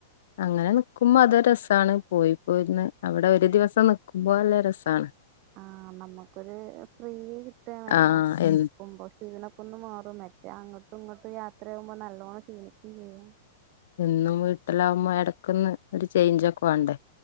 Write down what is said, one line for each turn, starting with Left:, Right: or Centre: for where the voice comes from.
Left: അങ്ങനെ നിക്കുമ്പ അതോരസാണ് പോയ് പോര്ണ് അവിടെ ഒരു ദിവസം നിക്കും പോവല്ലേ രസാണ്
Right: ആ നമ്മുക്കൊരു ഫ്രീ കിട്ടാണല്ലോ
Left: ആഹ് എ
Right: നിക്കുമ്പോ ഷീണ ന്ന് മാറും മറ്റേ അങ്ങോട്ടും ഇങ്ങോട്ട് യാത്രയാകുമ്പോ നല്ലവോണം ഷീണിക്കും ചെയ്യും
Left: എന്നും വീട്ടിലാവുമ്പോ എടക്കൊന്ന് ഒരു ചേയ്ഞ്ചൊക്കെ വേണ്ടേ